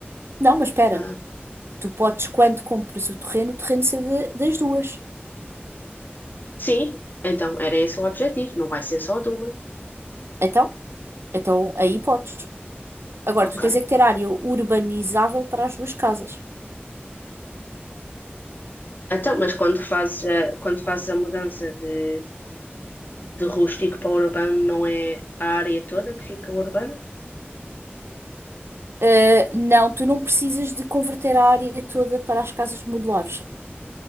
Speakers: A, on the right; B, on the left.
A: Não, mas espera,
B: Ah,
A: tu podes, quando compras o terreno, o terreno ser de- das duas.
B: sim, então era esse o objetivo, não vai ser só de uma.
A: Então? Então aí podes. Agora,
B: Ok.
A: tu tens é que ter área urbanizável para as duas casas.
B: Então, mas quando fazes a, quando fazes a mudança de, de rústico para urbano, não é a área toda que fica urbana?
A: Uh, não, tu não precisas de converter a área toda para as casas modulares.